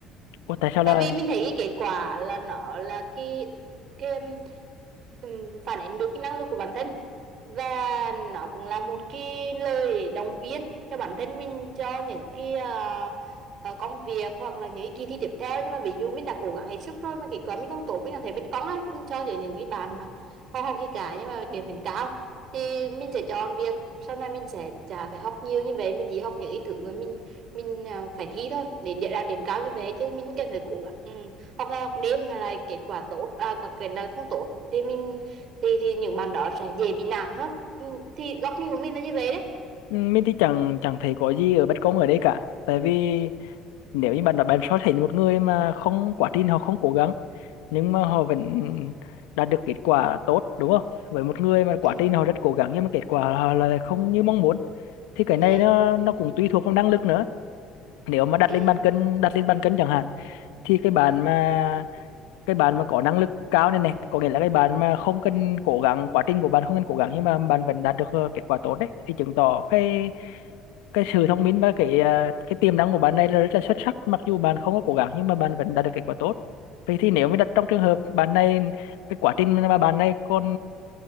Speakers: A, on the left; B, on the right.
A: Ủa, tại sao
B: tại
A: là
B: vì mình thấy cái kết quả là nó là cái cái ừm, phản ánh được cái năng lực của bản thân và nó cũng là một cái lời động viên cho bản thân mình cho những cái ờ, ờ, công việc hoặc là những cái kỳ thi tiếp theo nhưng mà ví dụ mình đã cố gắng hết sức rồi mà kết quả mình không tốt mình có thể biết cóng á mình cho những những cái bạn mà không học gì cả nhưng mà điểm vẫn cao thì mình sẽ chọn việc sau này mình sẽ chả phải học nhiều như vậy mình chỉ học những cái thứ mà mình mình à, phải thi thôi để để đạt điểm cao như vậy chứ mình cần phải cố gắng ừ. hoặc là học đêm mà lại kết quả tốt à, quả- kết là không tốt thì mình thì thì những bạn đó sẽ dễ bị nản hơn ừ. thì góc nhìn của mình là như vậy đấy
A: Ừ, mình thì chẳng chẳng thấy có gì ở bất công ở đây cả tại vì nếu như bạn nói bạn so sánh một người mà không quá trình họ không cố gắng nhưng mà họ vẫn đạt được kết quả tốt đúng không với một người mà
B: ừ.
A: quá trình họ rất cố gắng nhưng mà kết quả họ là không như mong muốn thì cái này
B: Ừ.
A: nó nó cũng tùy thuộc vào năng lực nữa nếu mà đặt
B: Ừ.
A: lên bàn cân đặt lên bàn cân chẳng hạn thì cái bạn mà cái bạn mà có năng lực cao này này có nghĩa là cái bạn mà không cần cố gắng quá trình của bạn không cần cố gắng nhưng mà bạn vẫn đạt được ờ, kết quả tốt đấy thì chứng tỏ cái cái sự thông minh và cái à, cái tiềm năng của bạn này là rất là xuất sắc mặc dù bạn không có cố gắng nhưng mà bạn vẫn đạt được kết quả tốt vậy thì nếu mà đặt trong trường hợp bạn này cái quá trình mà bạn này còn